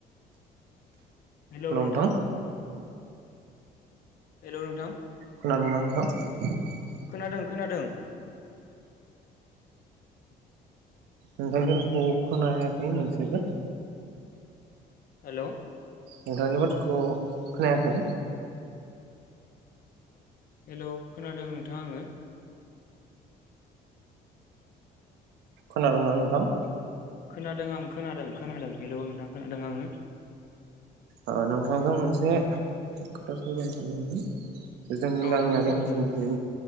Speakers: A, on the left (about 60°); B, on the right (about 80°).
A: हेलौ
B: लंटं
A: नोंथां हेलौ नोंथां
B: <unintelligible>
A: खोनादों खोनादों।
B: नोंथां रावखौ खोनायाखै मोनसेबो।
A: हेल
B: नोंथांनि बाथ्राखौ खोनायाखै
A: हेलौ खोनादों नोंथां आङो
B: खोनादोंंना नोंथां?
A: खोनादों आं खोनादों खोनादों हेलौ नोंथां खोनादों आङो
B: ओ नोंथांजों मोनसे खोथा सावरायनो सानदोंमोन जोंनि
A: औ
B: गामियारि
A: नोंथां सावरायजागोन
B: ओनसोलनि